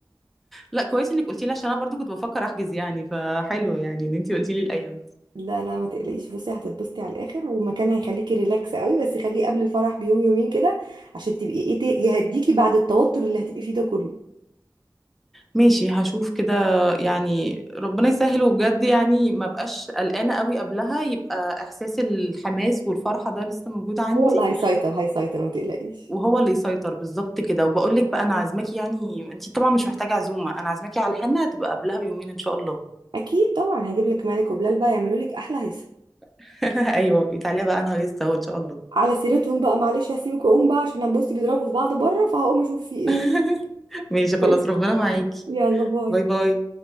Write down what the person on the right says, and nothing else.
لا لا ما تقلقيش بصي هتتبسطي على الاخر ومكان هيخليكي ريلاكس قوي بس خليه قبل الفرح بيوم يومين كده عشان تبقي ايه ت- يهديكي بعد التوتر اللي هتبقي فيه ده كله
هو اللي هيسيطر هيسيطر ما تقلقيش
اكيد طبعا هجيب لك مالك وبلال بقى يعملوا لك احلى هيصه
على سيرتهم بقى معلش هسيبك واقوم بقى عشان انا بصي بيضربوا في بعض بره فهقوم اشوف في ايه
<laughs>
يلا باي